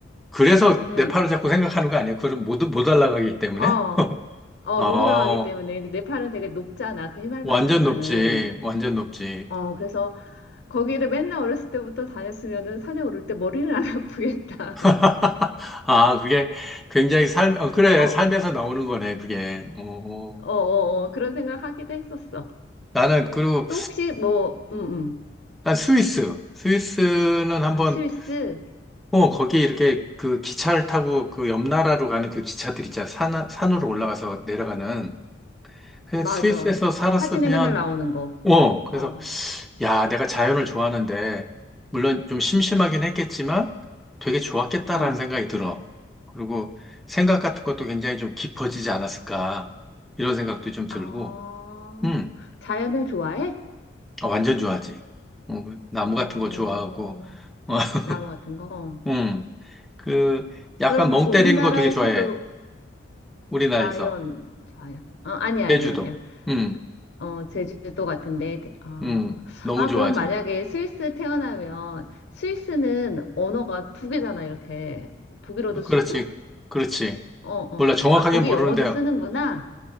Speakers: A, in the centre; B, on the left.
A: 그래서
B: 응,
A: 네팔을 자꾸 생각하는 거 아니야? 그럼 못, 못 올라가기 때문에?
B: 어, 어,
A: 어,
B: 못 올라가기 때문에 근데 네팔은 되게 높잖아. 그 히말라야
A: 완전
B: 산은.
A: 높지. 완전 높지.
B: 어, 그래서 거기를 맨날 어렸을 때부터 다녔으면은 산에 오를 때 머리는 안 아프겠다.
A: <laughs> 아, 그게 굉장히 삶, 어, 그래.
B: <laughs> 어, 어,
A: 삶에서 나오는 거네, 그게. 어,
B: 어, 어, 그런 생각 하기도 했었어.
A: 나는, 그리고,
B: 또 혹시 뭐, 음, 음.
A: 난 스위스. 스위스는 한번
B: 아, 스위스?
A: 어, 거기 이렇게 그 기차를 타고 그 옆 나라로 가는 그 기차들 있잖아. 산, 산으로 올라가서 내려가는. 그냥
B: 맞아.
A: 스위스에서 살았으면,
B: 사진에 맨날 나오는 거.
A: 어, 그래서,
B: 어,
A: 야, 내가 자연을 좋아하는데, 물론 좀 심심하긴 했겠지만, 되게 좋았겠다라는
B: 어.
A: 생각이 들어. 그리고 생각 같은 것도 굉장히 좀 깊어지지 않았을까. 이런 생각도 좀 들고,
B: 아,
A: 음,
B: 자연을 좋아해?
A: 아, 완전 좋아하지. 어, 나무
B: 어,
A: 같은 거 좋아하고, <laughs>
B: 나무 같은 거? 어.
A: 음, 그, 약간
B: 그럼
A: 멍
B: 우리나라에서도
A: 때리는 거 되게 좋아해. 우리나라에서.
B: 자연, 자연. 어, 아니야,
A: 제주도.
B: 아니야, 아니야.
A: 음,
B: 어, 제주도 같은데. 대- 아,
A: 음, 너무
B: 아,
A: 좋아하지.
B: 그럼 만약에 스위스 태어나면 스위스는 언어가 두 개잖아, 이렇게. 독일어도 쓰고?
A: 그렇지, 그렇지.
B: 어, 어.
A: 몰라, 정확하게
B: 아, 거기
A: 모르는데,
B: 영어도 쓰는구나.